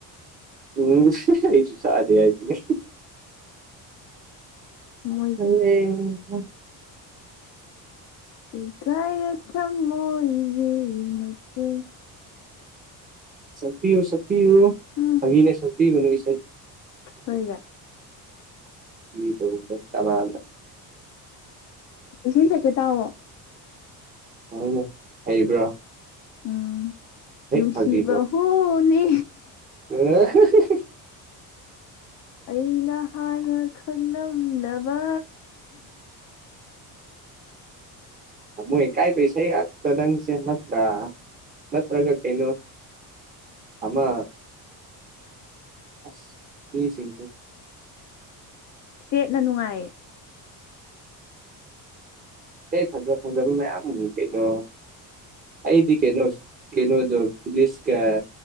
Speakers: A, on the right; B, on the left.
A: ꯎꯝ ꯑꯩꯁꯨ ꯆꯥꯗꯦ ꯍꯥꯏꯁꯤꯅꯤ <unintelligible>
B: ꯊꯃꯣꯏꯁꯦ ꯁꯦꯒꯥꯏꯔ ꯊꯃꯣꯒꯤ ꯃꯆꯦꯠ
A: ꯁꯛꯄꯤꯌꯨ ꯁꯛꯄꯤꯌꯨ
B: ꯎꯝ
A: ꯐꯒꯤꯅꯦ ꯁꯛꯄꯤꯒꯅꯨ ꯏꯁꯩ
B: ꯑꯣꯏꯌꯥ
A: <unintelligible>
B: ꯏꯁꯩ ꯁꯛꯀꯦ ꯇꯥꯎꯑꯣ
A: ꯑꯨꯛ ꯍꯩꯕ꯭ꯔꯥ
B: ꯎꯝ ꯅꯨꯡꯁꯤꯕ
A: ꯐꯥꯒꯤ
B: ꯍꯣꯅꯦ
A: ꯎ
B: ꯑꯩꯅ ꯍꯥꯟꯅ ꯈꯪꯂꯝꯅꯕ
A: ꯃꯣꯏ ꯀꯥꯏ ꯄꯩꯁꯥꯩ ꯍꯥꯏꯥꯛꯇꯗꯪꯁꯦ ꯅꯠꯇ꯭ꯔ ꯅꯠꯇ꯭ꯔꯒ ꯀꯩꯅꯣ ꯑꯃ ꯑꯁ ꯌꯦ ꯁꯤꯁꯨ
B: ꯁꯦꯠꯅ ꯅꯨꯡꯉꯥꯏꯌꯦ
A: ꯁ ꯐꯖ ꯐꯖ ꯑ ꯀꯩꯗꯣ ꯑꯩꯗꯤ ꯀꯩꯅꯣ ꯀꯩꯅꯣ ꯑꯗꯨ ꯐꯂꯤꯁ ꯀ